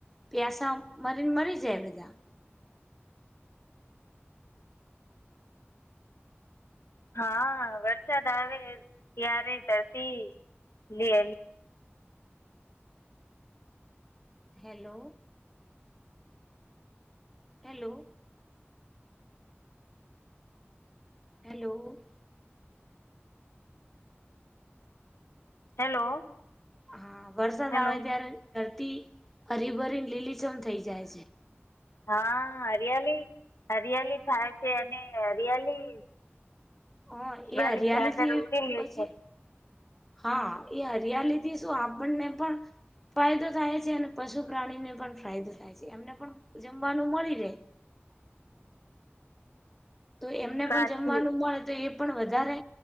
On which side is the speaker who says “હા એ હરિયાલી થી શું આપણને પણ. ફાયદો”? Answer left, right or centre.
Centre